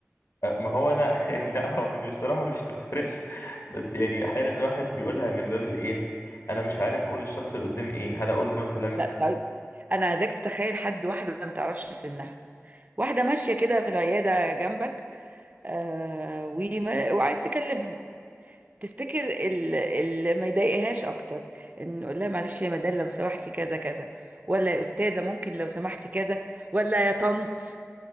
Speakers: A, on the left; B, on the right.
A: ما هو أنا <laughs> يعني لا هو بصراحة مش ما بتفرقش بس يعني أحيانا الواحد بيقولها من باب الإيه أنا مش عارف أقول للشخص اللي قدامي إيه هل أقول له مثلا
B: لا طيب انا عايزاك تتخيل حد واحده ما تعرفش سنها واحده ماشيه كده في العياده جنبك آه وما... وعايز تكلمها تفتكر ال- اللي ما يضايقهاش اكتر ان نقول لها معلش يا مدام لو سمحتي كذا كذا ولا يا استاذه ممكن لو سمحتي كذا ولا يا طنط